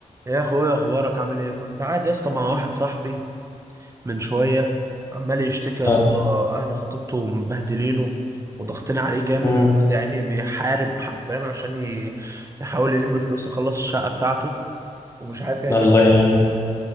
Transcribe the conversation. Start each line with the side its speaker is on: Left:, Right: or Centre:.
Right: يا اخويا اخبارك عامل ايه كنت قاعد يا اسطى مع واحد صاحبي من شويه عمال يشتكي يا
Left: اه
Right: اسطى اهل خطيبته مبهدلينه وضغطين عليه جامد
Left: امم
Right: وبدا يعني بيحارب حرفيا عشان ي- يحاول يلم فلوس يخلص الشقه بتاعته ومش عارف يعمل
Left: الله
Right: ايه
Left: يعينه